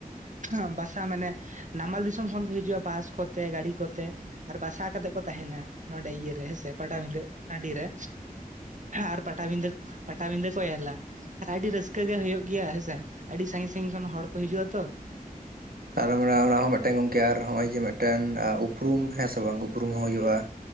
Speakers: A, on the right; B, on the right.
A: ᱦᱮᱸ ᱵᱟᱥᱟ ᱢᱟᱱᱮ ᱱᱟᱢᱟᱞ ᱫᱤᱥᱚᱢ ᱠᱷᱚᱱ ᱠᱚ ᱦᱤᱡᱩᱜᱼᱟ ᱵᱟᱥ ᱠᱚᱛᱮ ᱜᱟᱹᱲᱤ ᱠᱚᱛᱮ ᱟᱨ ᱵᱟᱥᱟ ᱠᱟᱛᱮᱫ ᱠᱚ ᱛᱟᱦᱮᱱᱟ ᱱᱚᱸᱰᱮ ᱤᱭᱟᱹᱨᱮ ᱦᱮᱸᱥᱮ ᱯᱟᱴᱟᱵᱤᱱᱫᱟᱹ ᱴᱟᱺᱰᱤ ᱨᱮ ᱟᱨ ᱯᱴᱟᱵᱤᱱᱫᱟᱹ ᱯᱟᱴᱟᱵᱤᱱᱫᱟᱹ ᱠᱚᱮᱨᱞᱟ ᱟᱨ ᱟᱹᱰᱤ ᱨᱟᱹᱥᱠᱟᱹ ᱜᱮ ᱦᱩᱭᱩᱜ ᱜᱮᱭᱟ ᱦᱮᱸᱥᱮ ᱟᱹᱰᱤ ᱥᱟᱺᱜᱤᱧ ᱥᱟᱺᱜᱤᱧ ᱠᱷᱚᱱ ᱦᱚᱲ ᱠᱚ ᱦᱤᱡᱩᱜᱼᱟ ᱛᱚ
B: ᱟᱨᱦᱚᱸ ᱢᱟᱱᱮ ᱚᱱᱟ ᱦᱚᱸ ᱢᱤᱫᱴᱮᱱ ᱜᱚᱢᱠᱮ ᱟᱨ ᱱᱚᱜᱼᱚᱭ ᱡᱮ ᱢᱤᱫᱴᱟᱝ ᱩᱯᱨᱩᱢ ᱦᱮᱸ ᱥᱮ ᱵᱟᱝ ᱩᱯᱨᱩᱢ ᱦᱚᱸ ᱦᱩᱭᱩᱜᱼᱟ